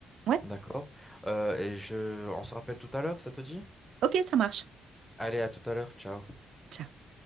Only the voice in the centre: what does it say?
d'accord? Euh, et je, on se rappelle tout à l'heure, ça te dit?
Allez, à tout à l'heure, ciao.